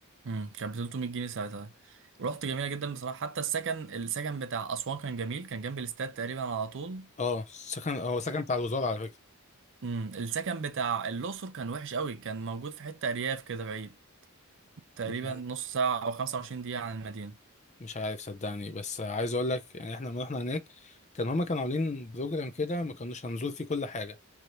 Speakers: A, on the right; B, on the left.
A: امم كان ب 300 جنيه ساعتها رحت جميلة جدا بصراحة حتى السكن السكن بتاع اسوان كان جميل كان جنب الاستاد تقريبا على طول
B: اه سكن هو سكن بتاع الوزاره على فكره
A: امم السكن بتاع الاقصر كان وحش قوي كان موجود في حتة ارياف كده بعيد تقريبا
B: مش عارف
A: نص ساعة او 25 دقيقة عن المدينة
B: مش عارف صدقني بس عايز اقول لك يعني احنا لما رحنا هناك كان هما كانوا عاملين بروجرام كده ما كناش هنزور فيه كل حاجه